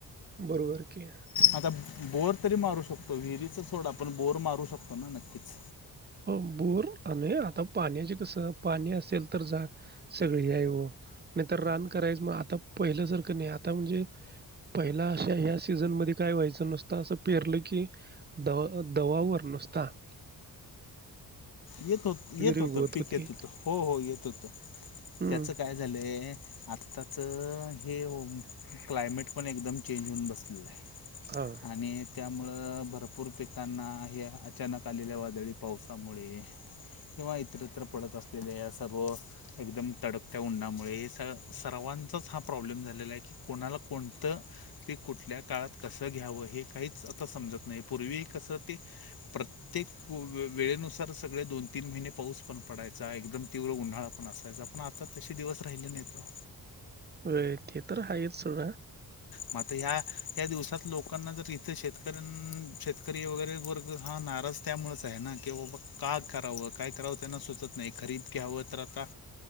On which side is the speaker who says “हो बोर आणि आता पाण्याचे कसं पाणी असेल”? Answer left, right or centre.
Right